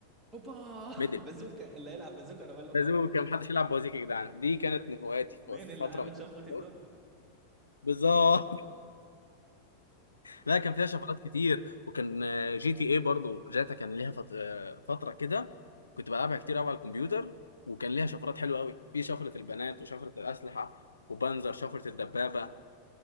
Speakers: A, on the right; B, on the left.
A: اوبا <laughs>
B: ميدل
A: بازوكا اللي هيلعب بازوكا انا بقول لك
B: لازم كان محدش يلعب بوازيك يا جدعان دي كانت من هواياتي
A: مين
B: في
A: اللي
B: فترة
A: عامل
B: من
A: شفرة
B: الفترات.
A: الدوج
B: بالظبط لا كان فيها شفرات كتير وكان آه، جي تي اي برضو جاتا كان ليها فت- آه، فترة كده كنت بلعبها كتير قوي على الكمبيوتر وكان ليها شفرات حلوة قوي في شفرة البنات وشفرة الأسلحة وبنزر شفرة الدبابة